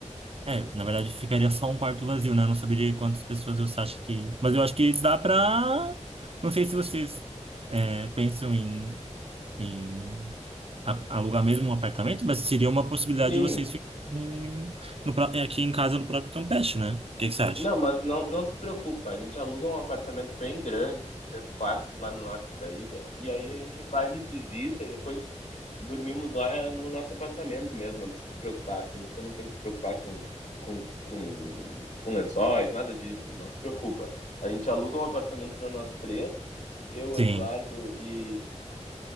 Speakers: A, on the right; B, on the left.
A: é, na verdade ficaria só um quarto vazio, né? Eu Não saberia quantas pessoas você acha que, mas eu acho que dá para Não sei se vocês é, pensam em em a- alugar mesmo um apartamento, mas seria uma possibilidade
B: Sim,
A: de vocês ficarem no pró- é, aqui em casa no próprio Campeche, né? O que que você acha?
B: Não, mas não, não se preocupa. A gente aluga um apartamento bem grande, com três quartos lá no norte da ilha. E aí a gente vai lhe visita e depois dormimos lá no nosso apartamento mesmo. Não precisa se preocupar. Assim, você não tem que se preocupar com, com, com, com lençóis, nada disso. Não se preocupa. A gente aluga um apartamento para nós três. Eu, o
A: Sim.
B: Eduardo e,